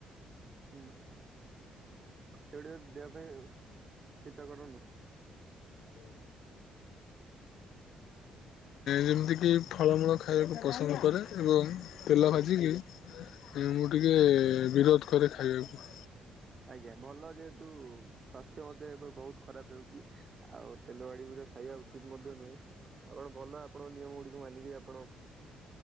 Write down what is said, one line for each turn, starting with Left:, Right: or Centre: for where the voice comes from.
Right: ହୁଁ ସେଇଟା ଦେହ ପାଇଁ ହିତକର ନୁହେଁ
Left: <unintelligible> ଯେମତି କି ଫଳମୂଳ ଖାଇବାକୁ କ ପସନ୍ଦ କରେ ଏବଂ ତେଲ
Right: ଆଜ୍ଞା
Left: ଭାଜିକି ମୁଁ ଟିକେ ବିରୋଧ କରେ ଖାଇବାକୁ
Right: ଆଜ୍ଞା ଭଲ ଯେହେତୁ ସ୍ଵାସ୍ଥ୍ୟ ମଧ୍ୟ ଏବେ ବହୁତ ଖରାପ ହେଉଛି ଆଉ ତେଲ ବାଡି ଖାଇବା ଉଚିତ ମଧ୍ୟ ନୁହେଁ ଆପଣ ଭଲ ଆପଣ ନିୟମ ଗୁଡିକୁ ମାନିକି ଆପଣ ହୁଁ